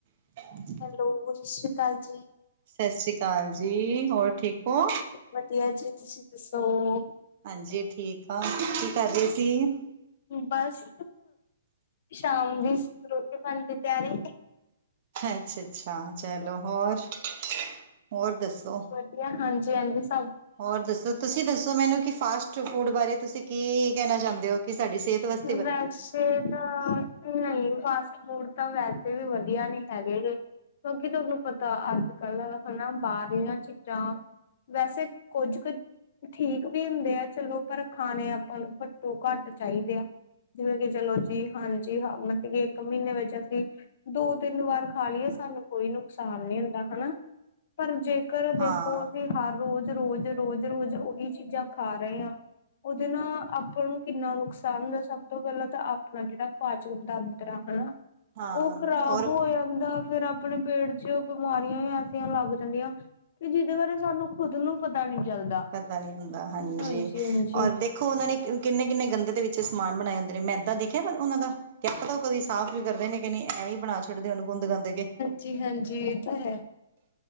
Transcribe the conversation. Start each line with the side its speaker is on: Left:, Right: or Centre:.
Right: <inaudible>
Left: Hello, ਸਸ਼੍ਰੀ ਕਾਲ ਜੀ।
Right: ਸਸ਼੍ਰੀ ਕਾਲ ਜੀ, ਹੋਰ ਠੀਕ ਓ?
Left: ਵਦੀਆ ਜੀ, ਤੂਸੀ ਦੱਸੋ?
Right: ਹਾਂਜੀ ਠੀਕ ਆਂ, ਕੀ ਕਾਰ ਰੇ ਸੀ?
Left: ਬਾੱਸ ਸ਼ਾਮ ਦੀ ਰੋਟੀ ਪਾਨੀ ਦੀ ਤੇਆਰੀ।
Right: ਅੱਛ, ਅੱਛਾ ਚਲੋ ਹੋਰ-ਹੋਰ ਦੱਸੋ?
Left: ਕਿਆ ਹਾਂਜੀ-ਹਾਂਜੀ ਸ।
Right: ਹੋਰ ਦੱਸੋ, ਤੂਸੀ ਦੱਸੋ ਮੈਨੂੰ ਕੀ ਫਾਸਟ ਫੂਡ ਬਾਰੇ ਤੂਸੀ ਕੀ ਕੈਨਾ ਚਾਂਦੇ ਓ, ਕਿ ਸਾਡੀ ਸੇਤ ਵਸ
Left: <inaudible> ਨਾ, ਨਈ ਫਾਸਟ ਫੂਡ ਤਾਂ ਵੈਸੇ ਵੀ ਵਦੀਆ ਨੀ ਹੈਗੇ ਗੇ। ਕਿਉਂਕਿ ਤੂਆਨੂੰ ਪਤਾ, ਆੱਜ-ਕਾੱਲ ਹਨਾ ਬਾਰਲੀਆਂ ਚੀਜਾਂ ਵੈਸੇ ਕੁਝ ਕ ਠੀਕ ਵੀ ਹੁੰਦੇ ਐ ਚਲੋ, ਪਰ ਖਾਨੇ ਅਪਾਂ ਨੂੰ ਘੱਟੋ-ਘਾੱਟ ਚਾਈਦੇ ਆ। ਜਿਵੇਂ ਕਿ ਚਲੋ ਜੀ, ਹਾਂਜੀ, ਹਾਂ ਮਤਲਬ ਕਿ ਇੱਕ ਮ੍ਹੀਨੇ ਵਿੱਚ ਅਸੀ ਦੋ ਤਿੰਨ ਵਾਰ ਖਾ ਲੀਏ, ਸਾਨੂੰ ਕੋਈ ਨੁਕਸਾਨ ਨੀ ਹੁੰਦਾ, ਹਨਾ। ਪਰ ਜੇਕਰ ਦੇਖੋ
Right: ਹਾਂ
Left: ਅਸੀ ਹਰ ਰੋਜ ਰੋਜ, ਰੋਜ, ਰੋਜ ਓਹੀ ਚੀਜਾਂ ਖਾ ਰਏ ਆਂ। ਓਦੇ ਨਾ ਆਪਾਂ ਨੂੰ ਕਿੰਨਾ ਨੁਕਸਾਨ ਦਸ ਸਬ ਤੋਂ ਪ੍ਹੈਲਾਂ ਤਾਂ ਆਪਣਾ ਜੇੜਾ ਪਾਚਨ ਤਂਤਰ ਆ, ਹਣਾ,
Right: ਹਾਂ
Left: ਓ ਖ਼ਰਾਬ
Right: ਔਰ
Left: ਹੋਏਆ ਦਾ ਫੇਰ ਆਪਨੇ ਪੇਟ ਚ ਬਿਮਾਰੀਆਂ ਈ ਐਸੀਆਂ ਲੱਗ ਜਾਂਦੀਆਂ, ਕੀ ਜਿਦੇ ਬਾਰੇ ਸਾਨੂੰ ਖੁਦ ਨੂੰ ਪਤਾ ਨੀ ਚੱਲਦਾ,
Right: ਪਤਾ ਨਹੀਂ ਹੁੰਦਾ ਹਾਂਜੀ
Left: ਹਾਂਜੀ-ਹਾਂਜੀ।
Right: ਔਰ ਦੇਖੋ ਉਨਾਂ ਨੇ ਕਿੰਨੇ-ਕਿੰਨੇ ਗੰਦੇ ਦੇ ਵਿੱਚ ਸਮਾਨ ਬਣਾਏ ਹੁੰਦੇ ਨੇ, ਮੈਦਾਂ ਦੇਖੇਆ ਪਰ ਉਨਾਂ ਦਾ। ਕੇਆ ਪਤਾਂ ਓ ਕਦੀ ਸਾਫ਼ ਵੀ ਕਰਦੇ ਨੇ ਕਿ ਨਈ, ਐਂਵੇ ਈ ਬਨਾ ਛਡਦੇ ਓਨੂੰ ਗੁੰਦ-ਗਾਂਦ ਕੇ।
Left: ਜੀ ਹਾਂਜੀ, ਏ ਤਾ ਹੈ।